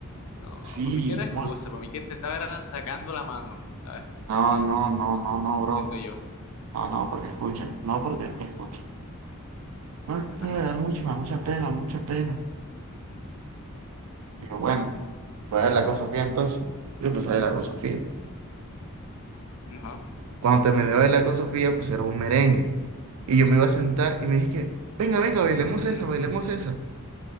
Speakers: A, on the left; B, on the right.
A: No,
B: sí,
A: por mí que era excusa,
B: ¿cómo así?
A: por mí que te estaba era sacando la mano, ¿sabes?
B: No, no, no, no, no, bro.
A: Siento yo.
B: No, no, porque escucha, no, porque escucha. No, es que este
A: Ajá,
B: ganar mucho, me da mucha pena, mucha pena. Pero bueno, voy a hablar con Sofía entonces. Yo pues voy a hablar con Sofía.
A: ajá,
B: Cuando terminé de bailar con Sofía, pusieron un merengue. Y yo me iba a sentar y me dije que, venga, venga, bailemos
A: ujú.
B: esa, bailemos esa.